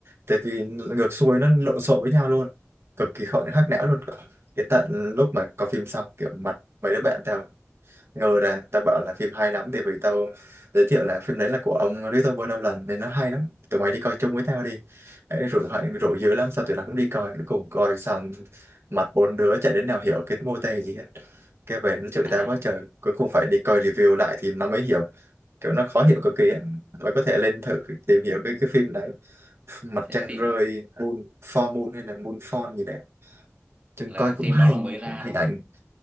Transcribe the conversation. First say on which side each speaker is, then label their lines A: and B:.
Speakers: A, on the right (about 55°); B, on the right (about 25°).
A: tại vì ngược xuôi nó lộn xộn với nhau luôn cực kỳ khó hắc não luôn cái tận lúc mà có phim xong kiểu mặt mấy đứa bạn tao ngờ ra tao bảo là phim hay lắm thì vì tao giới thiệu là phim đấy là của ông Christopher Nolan nên nó hay lắm tụi mày đi coi chung với tao đi Ấy, rủ hoài- rủ dữ lắm sao tụi nó cũng đi coi cuối cùng coi xong mặt bốn đứa chả đến nào hiểu cái mô tê gì hết cái về nó chửi
B: à
A: tao quá trời cuối cùng phải đi coi review lại thì nó mới hiểu kiểu nó khó hiểu cực kỳ á mày có thể lên thử tìm hiểu cái cái phim đấy mặt
B: thế
A: trăng
B: phim
A: rơi moon for moon hay là moon fall gì đấy chừng
B: là
A: coi cũng
B: phim
A: hay
B: đó là mới ra
A: hình
B: đúng
A: ảnh
B: không